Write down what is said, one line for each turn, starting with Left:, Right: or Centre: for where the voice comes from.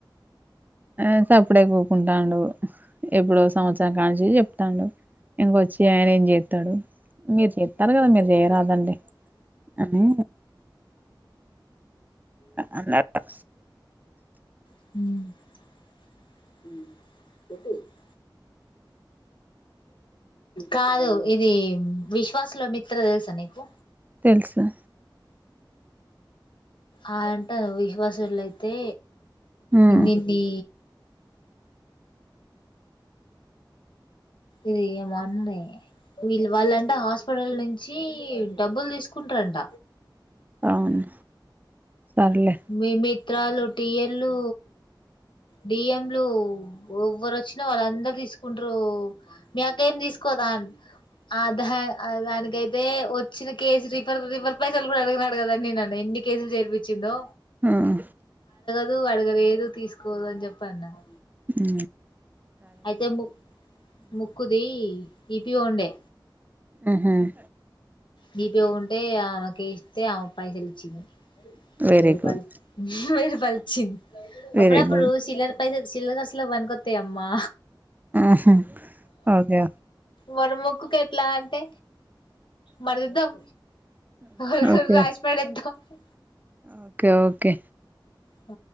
Right: ఆ సప్పుడేకుంటుండు ఎప్పుడో సంవత్సరం కాంచి తాండు ఇంకొచ్చి ఆయన ఏం చేత్తడు మీరు చెత్తరు కదా మీరు చేయరాదండి అని అన్నట్టు
Left: ఉ <unintelligible> కాదు ఇది విష్ క్లాస్ లో మిత్ర తెలుసా నీకు
Right: తెలుసులె
Left: ఆ అంటరు విశ్వాసోళ్ళైతే
Right: ఉమ్
Left: ఇన్నింటినీ ఇదీ మొన్నే వీళ్ళు వాళ్ళంట హాస్పిటల్ నుంచి డబ్బులు తీసుకుంటారంట
Right: అవును సర్లే
Left: మే మీ ఉత్తరాలు టీఎల్లు డిఎంలు ఎవ్వరు వచ్చినా వాళ్ళందరు తీసుకుంటారు మీ అక్క ఏం తీసుకోదా ఆ దా దానికైతే వచ్చిన కేసు రిఫర్ రిఫర్ పైసలు కూడా ఎవరిని అడిగదు అని నేన్న ఎన్ని కేసులు చేర్పించిందో
Right: మ్
Left: దు అడగలేదు తీసుకోదు అని చెప్పిఅన్నాను
Right: ఉ
Left: అయితే ము ముక్కుదీ ఈప్పీ వండే
Right: ఉహుమ్
Left: నీ పే ఉంటే ఆమెకి ఇస్తే ఆమె పైసలు ఇచ్చింది
Right: వెరీ
Left: వెయ్యి
Right: గుడ్
Left: పంచ్చింది వెయ్యి పలిచింది అప్పుడప్పుడు
Right: వెరీ గుడ్
Left: చిల్లరు పైసల్ చిల్లర అసల పనుకొత్తాయ అమ్మా
Right: ఉహు ఓకే
Left: మనముకుక్కు ఎట్లా అంటే మరిద్దాం అవి కూడా
Right: ఓకే
Left: రాసి పడేద్దాం ఓ
Right: ఓకే ఓకే
Left: ఆ